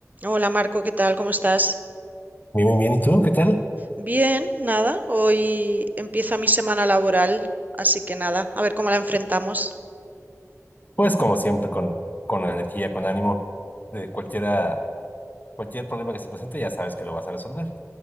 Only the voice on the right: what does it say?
Hola Marco, ¿qué tal? ¿Cómo estás?
Bien, nada. Hoy empieza mi semana laboral, así que nada, a ver cómo la enfrentamos.